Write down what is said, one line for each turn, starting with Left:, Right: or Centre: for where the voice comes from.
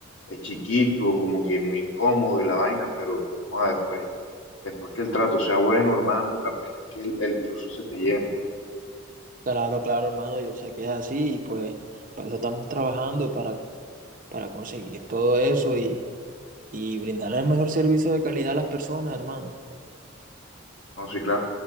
Left: eh, chiquito, como que muy incómodo y la vaina, pero joda, después, después que el trato sea bueno, hermano, la pena es que el, el chuzo se te llena.
Right: Claro, claro, hermano, yo sé que es así y pues para eso estamos trabajando, para, para conseguir todo eso y, y brindar el mejor servicio de calidad a las personas, hermano.
Left: No, sí, claro.